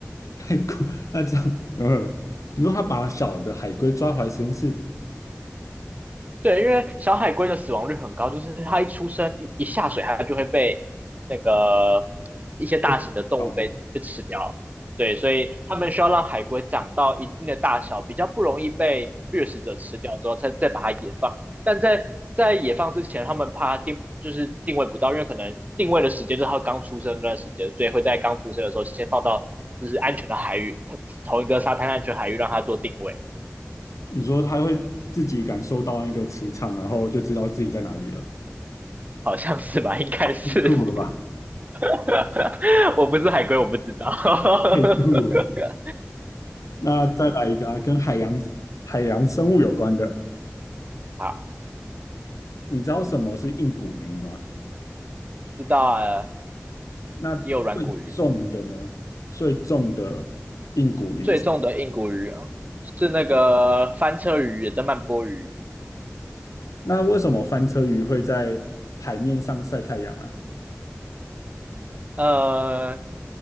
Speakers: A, on the left; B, on the right.
A: 太酷！那这样，嗯，你说他把小的海龟抓回来实验室
B: 对，因为小海龟的死亡率很高，就是它一出生一一下水，它就会被那个一些大型的动物被被吃掉。
A: 会小吗？
B: 对，所以他们需要让海龟长到一定的大小，比较不容易被掠食者吃掉之后，再再把它野放。但在在野放之前，他们怕它定就是定位不到，因为可能定位的时间就是它刚出生那段时间，所以会在刚出生的时候先放到就是安全的海域，同同一个沙滩安全海域让它做定位。
A: 你说他会自己感受到那个磁场，然后就知道自己在哪里了，
B: 好像是吧，应该是。
A: 酷了吧？
B: <laughs> 我不是海龟，我不知道。<laughs>
A: 太酷了！那再来一个啊，跟海洋海洋生物有关的，
B: 好，
A: 你知道什么是硬骨鱼吗？
B: 知道啊。
A: 那最重的呢？
B: 也有软骨鱼，
A: 最重的硬骨鱼是
B: 最重的硬骨鱼啊是那个翻车鱼，也叫曼波鱼。
A: 那为什么翻车鱼会在海面上晒太阳啊？
B: 呃，